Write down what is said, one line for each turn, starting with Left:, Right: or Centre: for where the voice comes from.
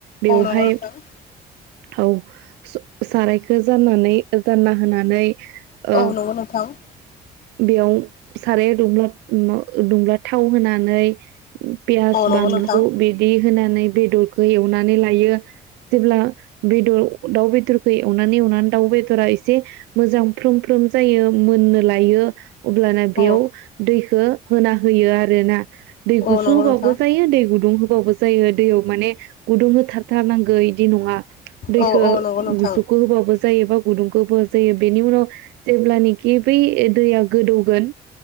Right: बेवहाय
Left: औ नंगौ नोंथां।
Right: औ सारायखौ जाननानै जानना होनानै
Left: औ
Right: ओ
Left: नंगौ नोंथां।
Right: बेयाव साराया दुंब्ला -दुंब्ला थाव होनानै पियास
Left: औ नंगौ
Right: बानलु
Left: नोंथां
Right: बिदि होनानै बेदरखौ एवनानै लायो जेब्ला बेदर दाउ बेदरखौ एवनानै एवनानै दाउ बेदरा एसे मोजां फ्रोम फ्रोम जायो। नो लायो अब्लाना
Left: औ
Right: बेयाव दैखौ होना होयो आरोना। दै
Left: औ
Right: गुसु
Left: नंगौ
Right: होबाबो
Left: नोंथां
Right: जायो दै गुदुं होब हबावबो जायो दैयाव माने गुदुं होथारथारनांगौ इदि नंङा। दैखो
Left: औ औ नंगौ नोंथां
Right: गुसुखौ होबाबो। जायो बा गुदुंखौबो जायो बेनि उनाव जेब्लानखि बै दैया गोदौगोन